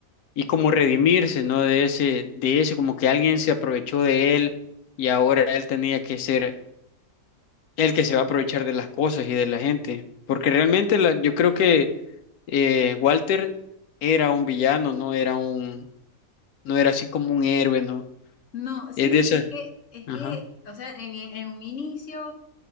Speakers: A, on the left; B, on the left.
A: y como redimirse, ¿no? De ese, de ese, como que alguien se aprovechó de él y ahora él tenía que ser el que se va a aprovechar de las cosas y de la gente. Porque realmente la- yo creo que eh, Walter era un villano, no era un, no era así como un héroe, ¿no?
B: No, sí,
A: Es de esas.
B: es que, es
A: Ajá.
B: que, o sea, en, en- en un inicio